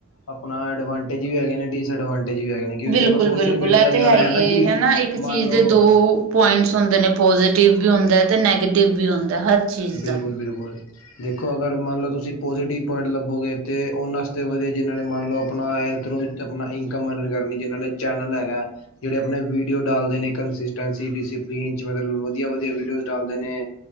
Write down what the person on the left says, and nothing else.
ਆਪਣਾ ਐਡਵਾਂਟੇਜ ਵੀ ਹੈਗੇ ਨੇ, ਡਿਸਐਡਵਾਂਟੇਜ ਵੀ ਹੈਗੇ ਨੇ। ਕਿਉਂਕਿ
ਦੇਖੋ ਸੋਸ਼ਲ ਮੀਡੀਆ
ਅੱਜ
ਕੱਲ੍ਹ
ਨਾ
ਕਿ
ਮੰਨ
ਲਓ
ਬਿਲਕੁਲ!
ਬਿਲਕੁਲ ਦੇਖੋ ਅਗਰ ਮੰਨ ਲਓ ਤੁਸੀਂ ਪੋਜ਼ੀਟਿਵ ਪੁਆਇੰਟ ਲੱਭੋਗੇ ਤੇ ਓਨਾਂ ਆਸਤੇ ਵਧੀਆ ਜਿਨ੍ਹਾਂ ਨੇ ਮੰਨ ਲੋ ਅਪਨਾ ਏ <unintelligible> ਤੇ ਅਪਨਾ ਇਨਕਮ ਅਰਨ ਕਰਨੀ ਜਿਨ੍ਹਾਂ ਨੇ ਚੈਨਲ ਹੈਗਾ। ਜਿਹੜੇ ਆਪਣੇ ਵੀਡੀਓ ਡਾਲਦੇ ਨੇ ਕੰਸਿਸਟੈਂਸੀ ਡਿਸਪਲੀਨ ਚ ਮਤਲਬ ਵਧੀਆ ਵਧੀਆ ਵੀਡੀਓਜ਼ ਡਾਲਦੇ ਨੇ